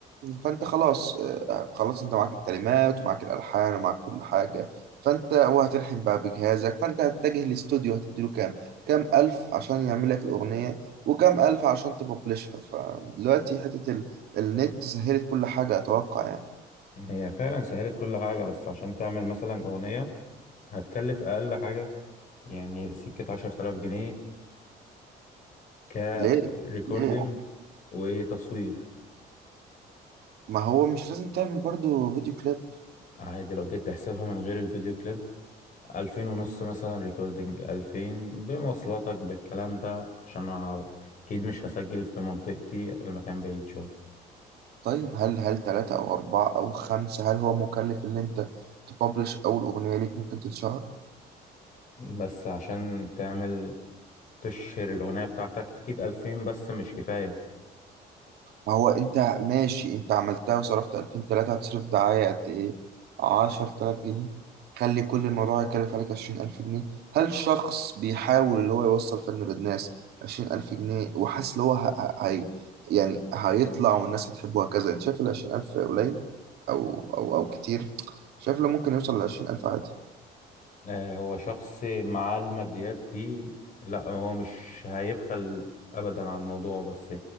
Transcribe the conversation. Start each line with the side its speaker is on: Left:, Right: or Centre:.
Right: فانت خلاص آه، خلاص انت معاك الكلمات ومعاك الالحان ومعاك كل حاجه فانت وهتلحن بقى بجهازك فانت هتتجه لاستوديو هتديله كام كام الف عشان يعمل لك الاغنيه وكام ألف عشان تببلشها فدلوقتي حتة ال... النت سهلت كل حاجة أتوقع يعني
Left: هي فعلا سهلت كل حاجة بس عشان تعمل مثلا أغنية هتكلف أقل حاجة يعني سكة عشرة آلاف جنيه كريكوردينج
Right: ليه؟ ليه؟
Left: وتصوير
Right: ما هو مش لازم تعمل برضو فيديو كليب
Left: عادي لو جيت تحسبها من غير الفيديو كليب ألفين ونص مثلا ريكوردينج ألفين بمواصلاتك بالكلام ده عشان أنا أكيد مش هسجل في منطقتي المكان بعيد شوية
Right: طيب هل هل تلاتة أو أربعة أو خمسة هل هو مكلف إن أنت تببلش أول أغنية ليك ممكن تتشهر؟
Left: بس عشان تعمل تشهر الأغنية بتاعتك أكيد ألفين بس مش كفاية
Right: ما هو انت ماشي انت عملتها وصرفت 2000 3 هتصرف دعاية قد ايه 10000 جنيه خلي كل الموضوع يكلف عليك 20000 جنيه هل شخص بيحاول اللي هو يوصل فنه للناس 20000 جنيه وحاسس اللي هو ه- ه- هي يعني هيطلع والناس هتحبه هكذا انت شايف ال 20000 قليل او او او كتير شايف لو ممكن يوصل ل 20000 عادي
Left: آه، هو شخص مع الماديات دي لا هو مش هيبخل أبدا على الموضوع بس